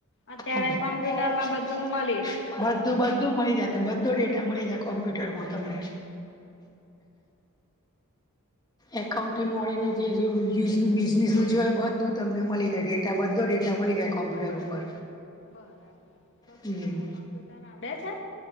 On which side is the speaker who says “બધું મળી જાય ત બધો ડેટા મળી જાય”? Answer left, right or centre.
Left